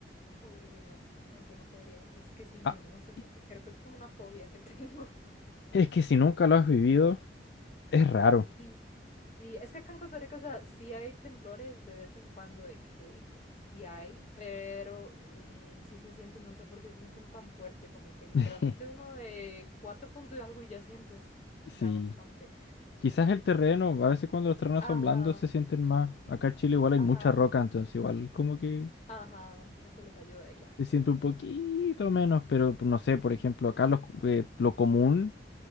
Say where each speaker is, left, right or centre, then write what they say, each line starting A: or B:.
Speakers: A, on the left; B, on the left.
A: Uy, no, no, yo no podría, es que sí, me,
B: Ah,
A: no sé por
B: y-
A: qué, creo que es como una fobia que <laughs> tengo.
B: es que si nunca lo has vivido, es raro.
A: Y sí, es que acá en Costa Rica, o sea, sí hay temblores de vez en cuando de que sí hay, pero mm, sí se sienten, no sé por qué se sienten tan fuerte, como que literalmente
B: <laughs>
A: uno de cuatro puntos y algo y ya sientes, o
B: Sí,
A: sea, bastante.
B: quizás el terreno, a veces cuando los terrenos
A: Ajá,
B: son blandos se sienten más. Acá en Chile igual hay
A: ajá,
B: mucha roca, entonces igual como que
A: ajá, eso les ayuda y ya.
B: se siente un poquito menos, pero no sé, por ejemplo, acá los- eh, lo común